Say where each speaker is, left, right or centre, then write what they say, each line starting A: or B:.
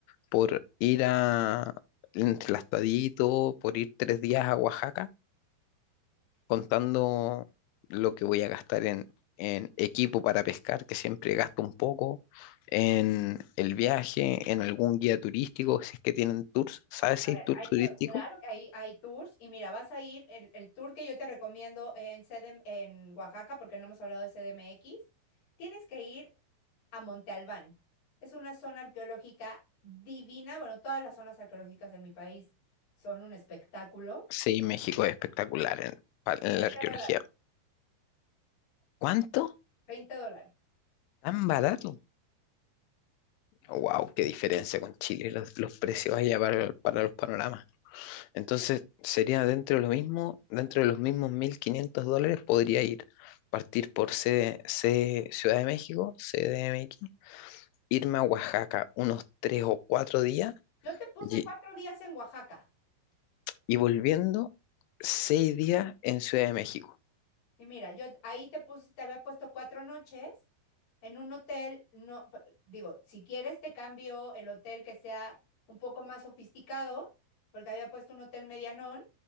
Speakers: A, on the left; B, on the left.
A: por ir a, entre el Astadito, por ir tres días a Oaxaca contando lo que voy a gastar en, en equipo para pescar, que siempre gasto un poco, en el viaje, en algún guía turístico, si es que tienen tours. ¿Sabes
B: A
A: si
B: ver,
A: hay tours
B: ahí
A: turísticos?
B: te va. Claro que ahí hay tours. Y mira, vas a ir, el, el tour que yo te recomiendo en, CDM en Oaxaca, porque no hemos hablado de CDMX, tienes que ir a Monte Albán. Es una zona arqueológica divina. Bueno, todas las zonas arqueológicas en mi país son un espectáculo.
A: Sí, México es espectacular en, pa- en
B: 20
A: la arqueología.
B: dólares,
A: ¿Cuánto?
B: 20 dólares.
A: ¿Tan barato? Wow, qué diferencia con Chile, los, los precios allá para, para los panoramas. Entonces sería dentro de lo mismo, dentro de los mismos 1.500 dólares podría ir, partir por C, C- Ciudad de México, CDMX, irme a Oaxaca unos tres o cuatro días
B: Yo te puse
A: y,
B: cuatro días en Oaxaca.
A: y volviendo seis días en Ciudad de México.
B: Y mira, yo ahí te puse, te había puesto cuatro noches En un hotel, no, p- digo, si quieres te cambio el hotel que sea un poco más sofisticado, porque había puesto un hotel medianón,